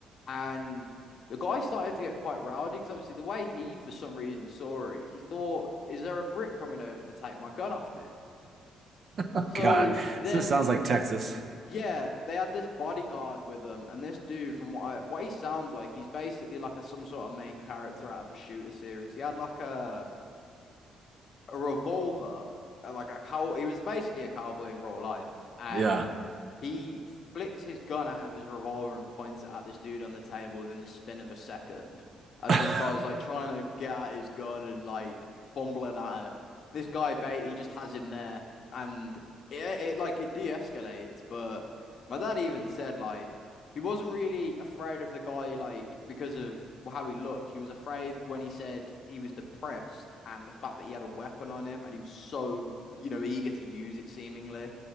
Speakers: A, on the left; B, on the right.
A: And the guy started to get quite rowdy because obviously the way he, for some reason, saw it, he thought, "Is there a brick coming over to take my gun off me?"
B: Oh,
A: So
B: God.
A: then
B: This sounds like Texas.
A: yeah, they had this bodyguard with them, and this dude, from what I, what he sounds like, he's basically like a some sort of main character out of a shooter series. He had like a a revolver, uh, like a cow. He was basically a cowboy in real life, and
B: Yeah.
A: he flicks his gun out of his revolver and points it at this dude on the table within the spin of a second. As
B: <laughs>
A: this guy's like trying to get at his gun and like fumbling at it. This guy bait he just has him there and it, it like it de-escalates, but my dad even said like he wasn't really afraid of the guy like because of how he looked. He was afraid when he said he was depressed and the fact that he had a weapon on him and he was so, you know, eager to use it seemingly.